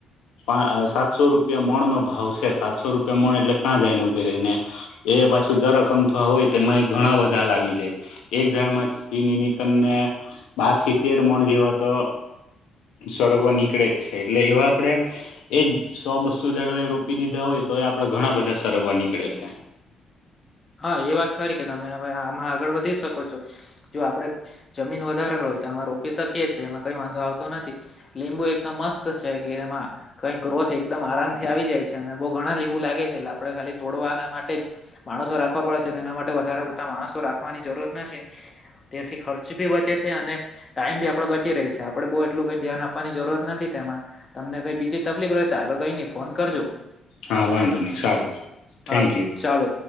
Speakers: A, on the left; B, on the left.
A: પા સાતસો રૂપિયા મોણ નો ભાવ છે સાતસો રૂપિયા મણ એટલે ક્યાં જાયને ઉભે રહીને. એ પાછું જ રકમ થવા હોય તેમાં એ ઘણા બધા લાગી જાય એક જણ માંથી ની નીકર ને બાર થી તેર મણ જેવા તો સરગવા નીકળે જ છે એટલે એવા આપડે એજ સો બસ્તુ જાળો એ રોપી દીધા હોય તો એ આપડે ઘણા બધા સરવવા નીકળે છે.
B: હા એ વાત ખરી કે તમે હવે આમાં આગળ વધી શકો છો. જો આપડણે જમીન વધારે રય તો આમે રોપી શકીએ છીએ એમાં કઈ વાંધો આવતો નથી લીંબુ એકમ મસ્ત છે કે એમાં કઈ ગ્રોથ એકદમ આરામ થી આવી જાય છે અને બઉ ઘણા લીંબુ લાગે છે. આપણે ખાલી તોડવાના માટે જ માણસો રાખવા પડે છે તેના માટે વધારે ઉતા માણસો રાખવાની જરૂરત નથી છે. ત્યારથી ખર્ચ ભી બચે છે અને ટાઈમ બી આપડે બચી રહી છે આપડે બહુ એટલું કઈ ધ્યાન આપવાની જરૂરત નથી તેમ તમને કઈ બીજી તકલીફ હો તો આગળ કઈ નઈ ફોન કરજો.
A: હા વાંધો નહી સારું થેન્ક
B: સારું
A: યુ.
B: ચાલો